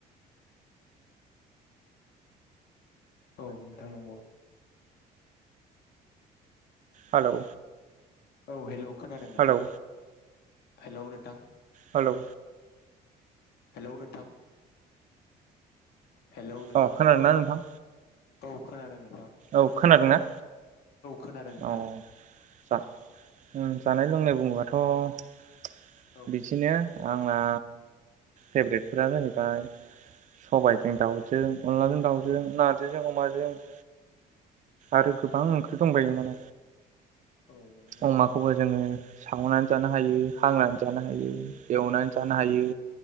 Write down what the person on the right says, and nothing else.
हेलौ
हेलौ
हेलौ
अ खोनादोंना नोंथां
औ खोनादों ना?
औ जा ओं जानाय लोंनाय बुङोबाथ'
बिदिनो आंना फेभ्रेटफोरा जाहैबाय सबायजों दाउजों अनलाजों दावजों
नारजिजों अमाजों <inaudible> आरो गोबां ओंख्रि दंबायो माने
अमाखौबो
जोङो सावनानै जानो हायो, हांनानै जानो हायो, एवनानै जानो हायो,